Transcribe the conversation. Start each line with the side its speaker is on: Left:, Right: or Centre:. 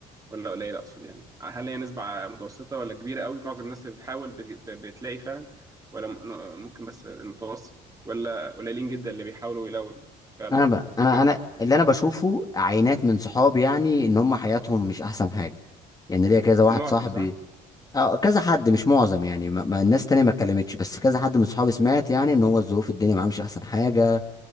Right: ولا قليلة أقصد يعني هل هي نسبة ع- متوسطة ولا كبيرة قوي معظم الناس اللي بتحاول بت- بتلاقي فعلا ولا م- ممكن بس المتوسط ولا قليلين جدا اللي بيحاولوا يلاقوا فعلا
Left: انا بقى
Right: تفتكر
Left: انا
Right: قد
Left: انا
Right: إيه
Left: اللي انا بشوفه عينات من صحابي يعني ان هم حياتهم مش احسن حاجه يعني ليا كذا واحد
Right: المعظم
Left: صاحبي
Right: صح؟
Left: اه كذا حد مش معظم يعني ما ما- الناس تانية ما اتكلمتش بس كذا حد من صحابي سمعت يعني ان هو الظروف الدنيا معاه مش احسن حاجة